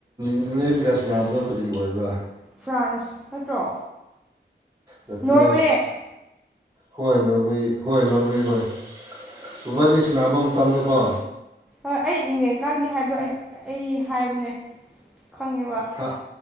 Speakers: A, on the right; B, in the centre.
A: ꯏꯪꯂꯦꯟꯒ ꯁꯥꯟꯅꯕꯗꯣ ꯀꯔꯤ ꯑꯣꯏꯕ꯭ꯔꯥ
B: ꯐ꯭ꯔꯥꯟꯁ ꯅꯠꯇ꯭ꯔꯣ꯫
A: ꯅꯇꯅ
B: ꯅꯣꯔꯋꯦ
A: ꯍꯣꯏ ꯅꯣꯔꯋꯦ ꯍꯣꯏ ꯅꯣꯔꯋꯦ ꯍꯣꯏ ꯎꯕꯥꯅꯤ ꯁꯟꯅꯕ ꯃꯇꯝꯗꯀꯣ
B: ꯍꯣꯏ ꯑꯩ ꯏꯪꯂꯦꯟꯀꯒꯅꯤ ꯍꯥꯏꯕ ꯑꯩꯗ ꯑꯩ ꯍꯥꯏꯕꯅꯦ ꯈꯪꯉꯦꯕ
A: ꯍꯥ